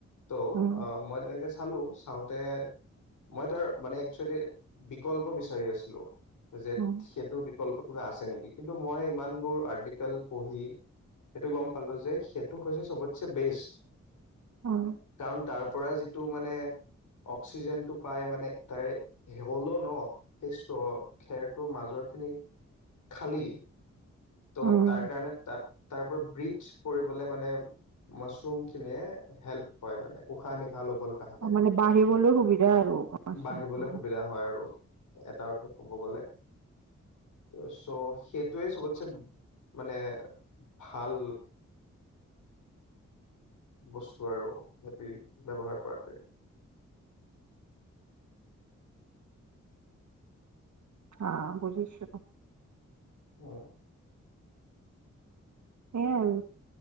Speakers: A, on the left; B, on the right.
A: ত,
B: উম
A: অ মই হালোচ- চাওঁতে মই তাৰ মানে একচুৱেলি বিকল্প বিচাৰি আছিলো। জেদ
B: উম
A: সেইটোৰ বিকল্প। কিবা আছে নেকি কিন্তু মই ইমানবোৰ আৰ্টিকেল পঢ়ি সেইটো গম পালো যে সেইটো হৈছে সবচেবেষ্ট।
B: উম
A: কাৰণ তাৰ পৰা যিটো মানে। অক্সিজেনটো পাই মানে তাৰে হলে ন সেই স্তৰ খেৰটোৰ মাজৰ খিনি খালী। ত'
B: উম
A: তাৰ কাৰণে তাত তাৰ পৰা ব্ৰিড পৰিবলে মানে মাছৰুম খিনিয়ে হেল্প হয় মানে উশাহ নিশাহ লবলৈ তাহাঁতে
B: অ', মানে বাঢ়িবলৈ সুবিধা আৰু মাচৰুমটো
A: বাঢ়িবলৈ সুবিধা হয় আৰু এটা অৰ্থত ক'ব গলে চ' সেইটোৱে চবতচে মানে ভাল বস্তু আৰু সহঁতি ব্যৱহাৰ কৰাটোৱে
B: হা বুজিছো
A: উম
B: সেইয়াই আৰু